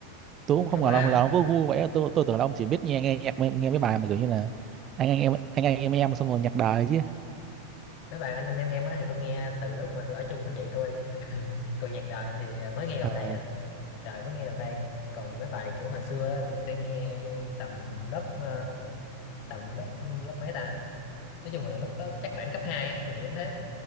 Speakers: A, on the right; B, on the left.
A: tôi
B: Ừ,
A: cũng không
B: thật
A: ngờ
B: mà
A: là ông là ông có gu vậy tôi tôi tưởng là ông chỉ biết nghe nghe nhạc nghe nghe mấy bài mà kiểu như là anh anh em anh anh em em xong rồi nhạc đời chứ
B: mấy bài anh anh em em á thì tôi nghe từ lúc mà tôi ở chung với chị tôi <laughs> còn nhạc đời thì à, mới nghe gần
A: Ờ.
B: đây à nhạc đời mới nghe gần đây còn mấy bài kiểu hồi xưa đó tôi sẽ nghe tầm lớp ờ, tầm lớp lớp mấy ta nói chung là lúc đó chắc khoảng cấp 2 á tôi nghĩ thế